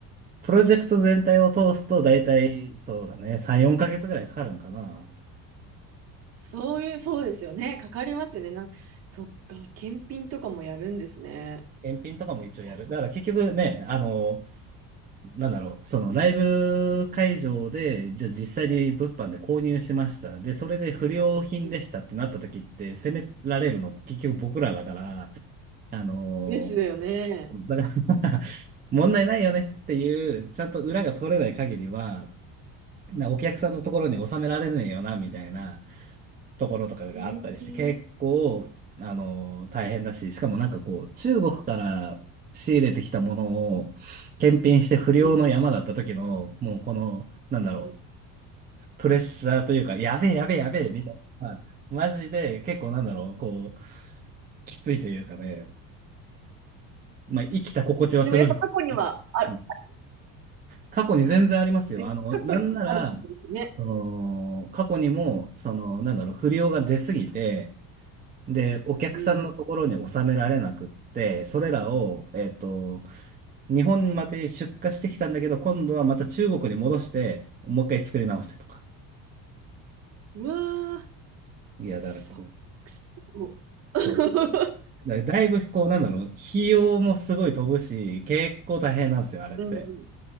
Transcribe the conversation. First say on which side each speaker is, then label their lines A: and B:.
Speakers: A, on the right (about 25°); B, on the right (about 40°).
A: プロジェクト全体を通すと大体、そうだね、3、4ヶ月ぐらいかかるんかな。
B: そういう、そうですよね。かかりますよね。な、そっか、検品とかもやるんですね。
A: 検品とかも一応やる。
B: そりゃそう。
A: だから結局ね、あの、なんだろう、そのライブ会場で、じゃあ実際に物販で購入しました。で、それで不良品でしたってなった時って、
B: うん
A: 責められるの結局僕らだから、あの
B: ですよね。
A: ーだから <laughs> 問題ないよねっていう、ちゃんと裏が取れない限りは、なお客さんのところに収められねえよな、みたいな。ところとかがあったりして、
B: えー
A: 結構、あの、大変だし、しかもなんかこう、中国から仕入れてきたものを検品して不良の山だった時の、
B: うん
A: もうこの、なんだろ
B: うん
A: う、プレッシャーというか、やべえやべえやべえ、みたいな、マジで結構なんだろう、こう、きついというかね、まあ、生きた心地はする。
B: <laughs> でもやっぱ過去にはある。
A: うん過去に全然ありますよ。
B: え、
A: あの、
B: 過去にあるんですね。
A: なんなら、その、過去にも、その、なんだろう、不良が出すぎて、で、お客さんのところに収められなくって、
B: うん。
A: それらを、えっと、日本まで出荷してきたんだけど、今度はまた中国に戻して、もう一回作り直せとか。
B: うわー、
A: いや、
B: そっかすごっ
A: だからこう、
B: <laughs>
A: そう。だ、だいぶ、こう、なんだろう、費用もすごい飛ぶし、結構大変なんですよ、あれって。
B: うんうん。